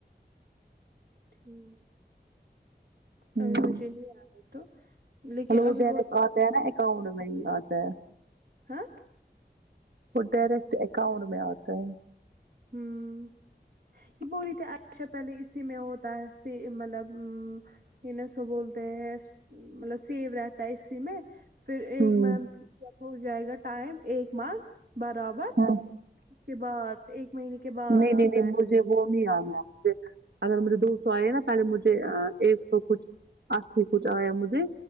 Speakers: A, on the right (about 55°); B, on the right (about 75°).
A: ٹھیک
B: ہوں
A: ابھی مجھے نہیں ائے تو لیکن
B: مطلب وہ
A: ابھی
B: ڈائریکٹ آتا ہے نا اکاؤنٹ میں
A: <inaudible>
B: ہی آتا ہے
A: ہاں
B: وہ ڈائریکٹ اکاؤنٹ میں اتا ہے
A: ہمم یہ بول اچھا پہلے اسی میں ہوتا ہے سیم مطلب ان سو بولتے ہیں مطلب سیب رہتا ہے اسی میں پھر ایک
B: ہوں
A: منتھ جب ہو جائے گا ٹائم ایک منتھ برابر
B: ہاں
A: اس کے بعد ایک مہینے کے بعد
B: نہیں
A: آتا
B: نہیں نہیں
A: ہے
B: بل مجھ وہ نہیں انا مجھے اگر مجھے دو سو ائی نا پہلے مجھے ایک سو کچھ اپ سے کچھ ا یا مجھے